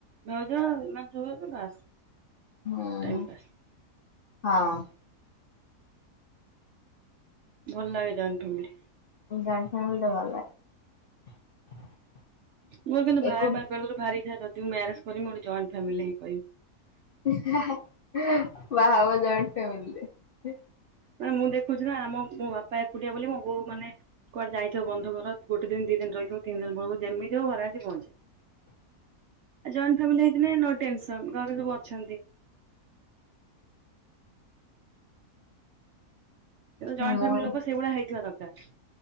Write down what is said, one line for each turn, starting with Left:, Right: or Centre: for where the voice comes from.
Right: ଭାଉଜ <unintelligible>
Left: ହୁଁ
Right: ଟାଇମ ପାସ୍।
Left: ହଁ।
Right: ଭଲ ଲାଗେ ଯଏଣ୍ଟ ଫ୍ୟାମିଲି।
Left: <unintelligible>
Right: ମୋର କିନ୍ତୁ ଭାଇ
Left: ଏକୁ
Right: ମାର ବେଳର ଭାରି ଥା ଯି ମୁଁ ମ୍ୟାରେଜ କରିବି ଗୋଟେ ଜଏଣ୍ଟ ଫାମିଲି କହିବି।
Left: <unintelligible> ବାହା ହବ ଜଏଣ୍ଟ ଫ୍ୟାମିଲି ରେ।
Right: ମାନେ ମୁଁ ଦେଖୁଛି ନା ଆମ ମୋ ବାପା ଏକୁଟିଆ ବୋଲି ମୋ ବୋଉ ମାନେ କୁଆଡ ଯାଇଥିବ ବନ୍ଧୁଘର ଗୋଟ ଦି ଦିନ ରହିଥିବ ତିନି ଦିନ ବଳକୁ ଯେମତିବ ଘରେ ଆସି ପହଞ୍ଚେ।
Left: <inaudible>
Right: ଜଏଣ୍ଟ ଫାମିଲି ହେଇଥିଲେ ନୋ ଟେନସନ ଘରେ ସବୁ ଅଛନ୍ତି। କିନ୍ତୁ ଜଏଣ୍ଟ
Left: ମୋର
Right: ଫ୍ୟାମିଲି ଲୋକ ସେଇଭଳିଆ ହେଇଥିବା ଦରକାର।